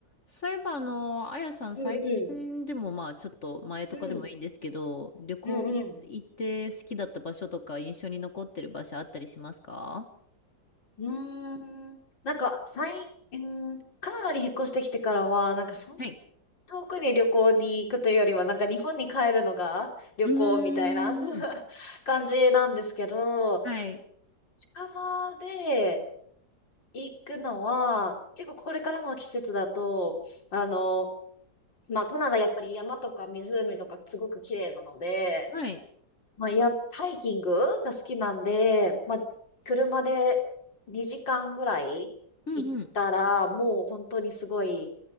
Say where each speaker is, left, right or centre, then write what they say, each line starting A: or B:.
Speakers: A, on the left; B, on the left.
A: そういえば、あの、あやさん、
B: うんうん。
A: 最近でも、まあ、ちょっと前とかでもいいんですけど、
B: うん。
A: 旅行行って好きだった場所とか、
B: うんうん。
A: 印象に残ってる場所あったりしますか
B: うーん。なんか、最、うーん、カナダに引っ越してきてからは、なんか、そんな
A: はい。
B: 遠くに旅行に行くというよりは、なんか日本に帰るのが旅行みたいな
A: うーん。
B: <laughs> 感じなんですけど、
A: はい。
B: 近場で行くのは、結構これからの季節だと、あの、まあ、カナダやっぱり山とか湖とかすごく綺麗なので、
A: はい。
B: まあ、いや、ハイキングが好きなんで、まあ、車で2時間ぐらい行ったら、
A: うんうん。
B: もう本当にすごい